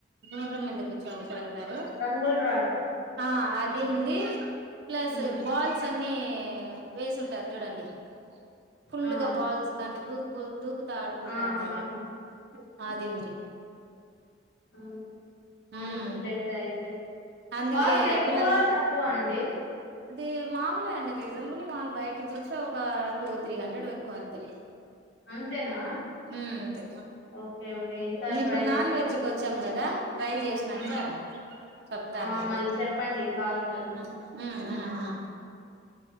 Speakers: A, on the right; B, on the left.
A: రూరమ్మ ఎందుకు చానా చానా, తారు
B: రంగులు రాట్నం
A: ఆ అది, ఇది ఉంది, ప్లస్
B: మ్మ్
A: స్ అన్ని వేసింటారు చూడండి, ఫుల్లు
B: ఆ
A: గా బాల్స్ దాంట్లో దూకు, కొ దుకు ఆడుకుంటా
B: ఆ
A: ఉంటారే,
B: ఆ
A: ఆది ఉంది.
B: అవును. మంచి
A: ఉమ్
B: ప్లేస్ అయితే
A: అందుకే
B: కాస్ట్ ఎక్కువ
A: పిల్లల
B: తక్కువ అండీ
A: అది మాములే అండి రీజనబుల్ వాళ్ళు బయటికి చూస్తే ఒక టూ త్రీ హండ్రెడ్ ఎక్కువ అంతే
B: అంతేనా
A: హ్ అంతే
B: ఓకే ఓకే ఈసారి
A: మే ఇప్పుడు
B: ట్రై
A: నాన్
B: చేస్తాం
A: వెజ్కొచ్చాం. గదా ట్రై చేసినాక
B: ఆ,
A: చెప్తానండి.
B: ఆ, మళ్ళీ చెప్పండి కాస్ట్
A: మ్ మ్